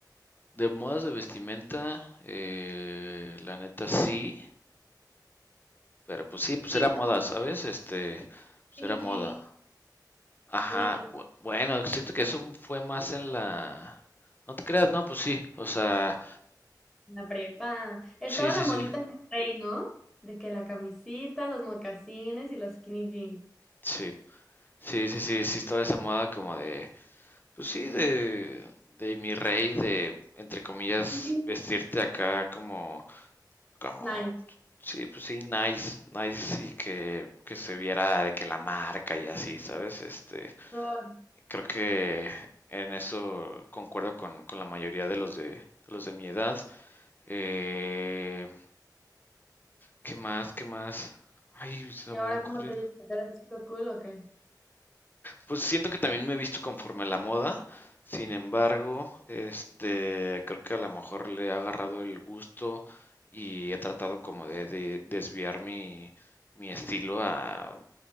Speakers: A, on the left (about 25°); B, in the centre.
A: de modas de vestimenta, eh, la neta sí. Pero pues sí, pues
B: Sí,
A: era moda, ¿sabes? Este, pues
B: Skinny
A: era
B: jeans.
A: moda. Ajá,
B: skinny jeans
A: bu- bueno, siento que eso fue más en la... No te creas, no, pues sí, o sea,
B: en la prepa. Estaba
A: sí, sí,
B: la modita
A: sí,
B: en el rey, ¿no? De que la camisita, los mocasines y los skinny jeans.
A: sí, sí, sí, sí, sí estaba esa moda como de, pues sí, de, de mi rey, de, entre comillas,
B: Sí.
A: vestirte acá como, como,
B: Nice.
A: sí, pues sí, nice, nice, y que, que se viera de que la marca y así, ¿sabes? Este,
B: Por-
A: Creo que en eso concuerdo con, con la mayoría de los de, de los de mi edad. Eh, ¿qué más? ¿Qué más? Ay, se
B: ¿Y ahora
A: me había ocurrido.
B: cómo te dices? ¿Eres chico cool o qué?
A: Pues siento que también me he visto conforme a la moda. Sin embargo, este, creo que a lo mejor le he agarrado el gusto y he tratado como de, de desviar mi, mi estilo a